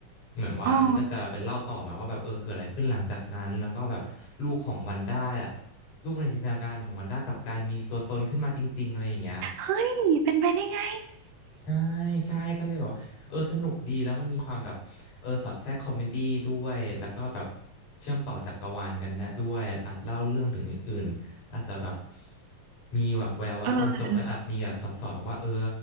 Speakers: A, on the left; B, on the right.
A: เหมือนว่าอันนี้ก็จะเป็นเล่าต่อมาว่าแบบเออเกิดอะไรขึ้นหลังจากนั้นแล้วก็แบบลูกของวันด้าอะ
B: อ้อ
A: ลูกในจินตนาการของวันด้ากลับกลายมีตัวตนขึ้นมาจริงๆอะไรอย่างเงี้ย
B: เฮ้ยเป็นไปได้ไง
A: ใช่ใช่ก็เลยแบบว่าเออสนุกดีแล้วมันมีความแบบเออสอดแทรกคอมเมดี้ด้วยแล้วก็แบบเชื่อมต่อจักรวาลกันได้ด้วยอาจเล่าเรื่องถึงอื่นๆอาจจะแบบมีแบบแววว่าตอนจบมันอาจมีแบบสอดสอดมาว่าเออ
B: เออ